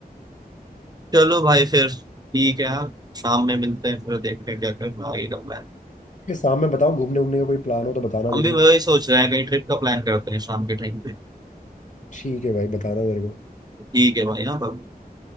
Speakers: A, on the right; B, on the left.
A: चलो भाई फिर ठीक है यार शाम में मिलते हैं फिर देखते हैं क्या करना आगे का प्लान
B: शाम में बताओ घूमने वूमने का कोई प्लान हो तो बताना
A: हम
B: ज़रूर
A: भी वही सोच रहे हैं कहीं ट्रिप का प्लान करते हैं शाम के टाइम पे
B: ठीक है भाई बताना मेरे को
A: ठीक है भाई हाँ bye।